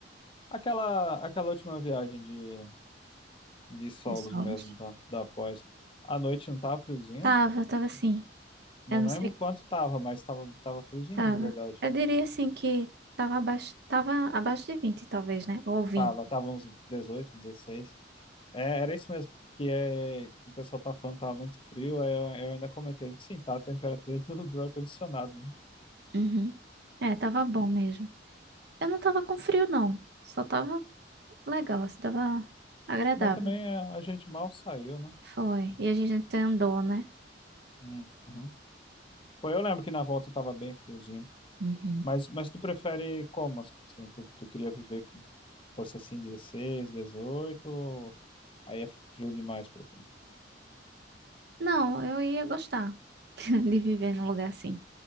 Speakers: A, on the left (about 30°); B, on the right (about 60°).
A: aquela, aquela última viagem de, de solos
B: de solos.
A: mesmo da, da pós. À noite não tava friozinho?
B: Tava, tava assim.
A: Não
B: Eu não
A: lembro
B: sei,
A: quanto tava, mas tava, tava friozinho
B: tava.
A: de verdade.
B: Eu diria assim que tava abaixo, tava abaixo de 20 talvez, né? Ou 20.
A: Tava, tava uns 18, 16. É, era isso mesmo, que é, o pessoal tá falando que tava muito frio, aí eu, eu ainda comentei, sim, tá a temperatura <laughs> do, do ar-condicionado, né?
B: Uhum. É, tava bom mesmo. Eu não tava com frio, não. Só tava legal, assim, tava agradável.
A: Mas também é, a, gente mal saiu, né?
B: Foi. E a gente andou, né?
A: Uhum. Pô, eu lembro que na volta tava bem friozinho.
B: Uhum.
A: Mas, mas tu prefere como, assim? Tu, tu queria viver que fosse assim 16, 18? ou aí é frio demais pra tu?
B: Não, eu ia gostar <laughs> de viver num lugar assim,